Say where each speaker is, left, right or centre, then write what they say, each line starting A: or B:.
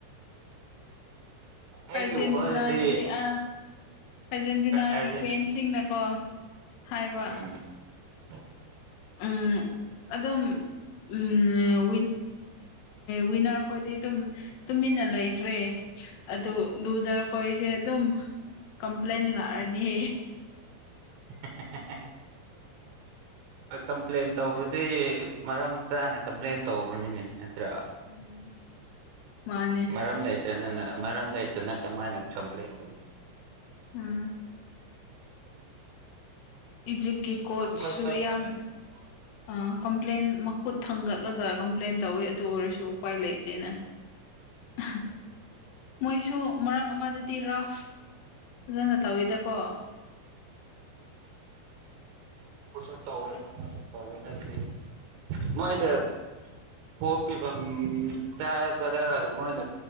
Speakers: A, on the right; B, on the left.
A: ꯑꯩꯒꯤ
B: ꯑꯔꯖꯦꯟꯇꯤꯅꯥꯒꯤ
A: ꯋꯥꯈꯜꯗꯗꯤ
B: ꯑ ꯑꯔꯖꯦꯟꯇꯤꯅꯥꯒꯤ
A: ꯑꯥꯔꯖꯦꯟ
B: ꯐꯦꯟꯁꯤꯡꯅꯀꯣ ꯍꯥꯏꯕ
A: ꯎꯝ <unintelligible>
B: ꯎꯝ ꯑꯗꯨꯝ ꯎꯝ ꯋꯤꯟꯅꯔ ꯍꯣꯏꯗꯤ ꯑꯗꯨꯝ ꯇꯨꯃꯤꯟꯅ ꯂꯩꯈ꯭ꯔꯦ ꯑꯗꯨ ꯂꯨꯖꯔꯈꯣꯏꯁꯦ ꯑꯗꯨꯝ ꯀꯝꯄ꯭ꯂꯦꯟ ꯂꯥꯛꯑꯗꯤ
A: <unintelligible> ꯀꯝꯄ꯭ꯂꯦꯟ ꯇꯧꯕꯁꯤ ꯃꯔꯝ ꯆꯥꯅ ꯀꯝꯄ꯭ꯂꯦꯟ ꯇꯧꯕꯅꯤꯅꯦ ꯅꯠꯇ꯭ꯔ
B: ꯎꯝ ꯃꯥꯅꯦ
A: ꯃꯔꯝꯂꯩ ꯃꯔꯝ ꯂꯩꯇꯅ ꯀꯃꯥꯏꯅ ꯀꯝꯄ꯭ꯂꯦꯟ ꯇꯧ
B: ꯎ ꯏꯖꯤꯞꯀꯤ ꯀꯣꯠꯁꯨꯨ
A: ꯋꯥꯔꯜ ꯀꯞ
B: ꯌꯥꯝ
A: <unintelligible>
B: ꯑ ꯀꯝꯄ꯭ꯂꯦꯟ ꯃꯈꯨꯠ ꯊꯥꯡꯒꯠꯂꯒ ꯀꯝꯄ꯭ꯂꯦꯟ ꯇꯧꯋꯦ ꯑꯗꯨ ꯑꯣꯏꯔꯁꯨ ꯎꯄꯥꯏ ꯂꯩꯇꯦꯅ ꯑꯍꯥ ꯃꯣꯏꯁꯨ ꯃꯔꯛ ꯑꯃꯗꯗꯤ ꯔꯐ ꯐꯖꯅ ꯇꯧꯋꯤꯗꯀꯣ
A: ꯑꯃꯁꯨ ꯇꯧꯋꯦ ꯑꯃꯁꯨ ꯇꯧꯋꯦ ꯅꯪꯗꯤ ꯃꯣꯏꯗ ꯐꫭꯜ ꯄꯤꯕꯝ ꯆꯥꯕꯗ ꯃꯣꯏꯅ